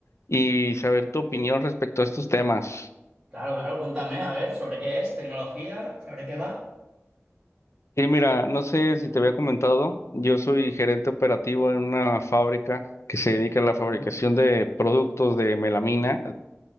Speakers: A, on the left (about 65°); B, on the right (about 15°).
A: y saber tu opinión respecto a estos temas.
B: Claro, claro, cuéntame, a ver, ¿sobre qué es? ¿Tecnología? ¿Sobre qué va?
A: Y mira, no sé si te había comentado, yo soy gerente operativo en una fábrica que se dedica a
B: Ujú.
A: la fabricación de productos de melamina,